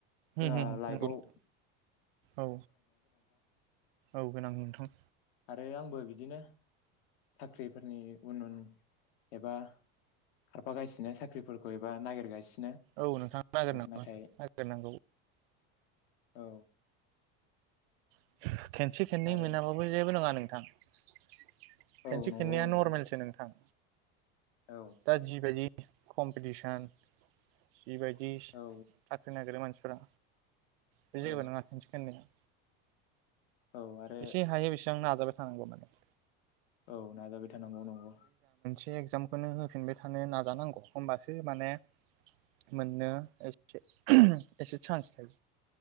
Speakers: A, on the right; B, on the left.
A: होम
B: जोंहा
A: होम
B: लाइब‌आव
A: नंगौ नोंथां औ औ गोनां नोंथां।
B: आरो आंबो बिदिनो साख्रिफोरनि उन उन एबा खारफागासिनो साख्रिफोरखौ एबा नागिरगासिनो
A: औ नोंथाङा नागिरनांगौ
B: नाथाय
A: नागिरनांगौ
B: औ।
A: <inaudible> खेनसे खेननै
B: आरो
A: मोनाबाबो जेबो नङा। थां। खेनसे
B: औ नंगौ
A: खेननैआ
B: नोंथां
A: नरमेलसो नोंथां
B: औ
A: दाजिबायदि कमपिटसन बेबायदि
B: औ
A: थाखो नागिरो मानसि फोरा बे जबो
B: औ
A: नङा खोनसे खोननैआव
B: औ आरो
A: एसे हायो बेसेबां नाजाबाय थांगौ माने
B: औ नाजाबाय थानांगौ नंगौ।
A: से एगजामखौनो होफिनबाय थानो नाजानांगौ होनबासो माने मोननो एसे एसे सान्स थायो।